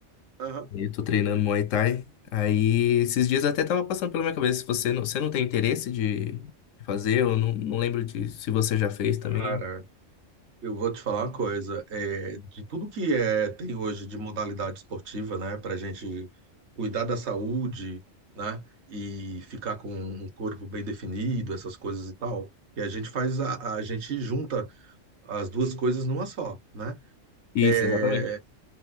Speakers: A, on the right; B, on the left.
A: Aham.
B: E eu tô treinando Muay Thai. Aí, esses dias até tava passando pela minha cabeça, se você não, você não tem interesse de de fazer, eu não, não lembro de se você já fez também.
A: Cara, eu vou te falar uma coisa. É, de tudo que é, tem hoje de modalidade esportiva, né? Pra gente cuidar da saúde, né? E ficar com um corpo bem definido, essas coisas e tal. E a gente faz a, a gente junta as duas coisas numa só, né?
B: Isso,
A: É,
B: exatamente.